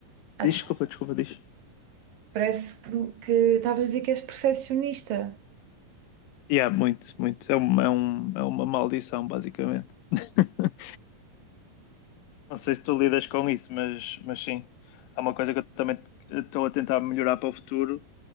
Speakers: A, on the right; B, on the left.
A: ah,
B: Desculpa,
A: desculpa.
B: desculpa, diz.
A: Parece que que estavas a dizer que és perfeccionista.
B: Yeah, muito, muito. É uma, é um- é uma maldição, basicamente. <laughs> Não sei se tu lidas com isso, mas, mas sim, é uma coisa que eu também estou a tentar melhorar para o futuro,